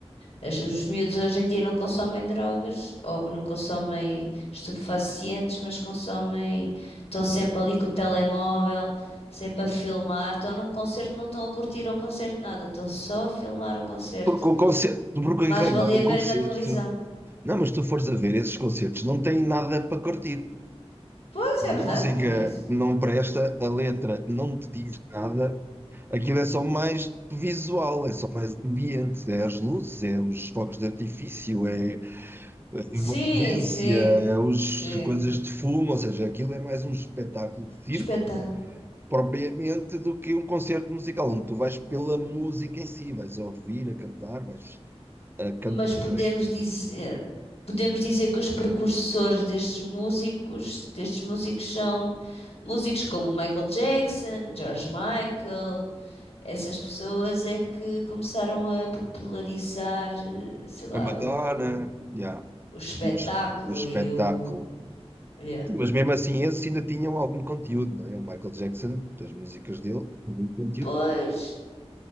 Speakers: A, on the left; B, on the right.
A: As- os miúdos hoje em dia não consomem drogas ou não consomem estupefacientes, mas consomem, estão sempre ali com o telemóvel, sempre a filmar, estão num concerto, não estão a curtir o concerto nada, estão só a filmar o concerto.
B: Porque o concerto, porque
A: Mais
B: em realidade
A: valia
B: o
A: ver
B: concerto.
A: na televisão.
B: Não, mas tu fores a ver esses concertos, não tem nada para curtir.
A: Pois é
B: A
A: verdade,
B: música
A: também. é isso.
B: não presta, a letra não te diz nada. Aquilo é só mais visual, é só mais ambiente, é as luzes, é os fogos de artifício, é a
A: Sim,
B: envolvência,
A: sim,
B: é os
A: sim.
B: coisas de fumo, ou seja, aquilo é mais um espetáculo de circo
A: Espetáculo.
B: propriamente do que um concerto musical, onde tu vais pela música em si, vais ouvir a cantar, vais a cantar.
A: mas podemos dizer, podemos dizer que os precursores destes músicos, destes músicos são músicos como Michael Jackson, George Michael, essas pessoas é que começaram a popularizar, eh, sei lá,
B: A Madonna,
A: o,
B: yeah,
A: o espetáculo
B: esse- o, es- o espetáculo.
A: e o, olha,
B: Mas mesmo assim, esses ainda tinham algum conteúdo, não é? O Michael Jackson, das músicas dele, algum conteúdo.
A: pois,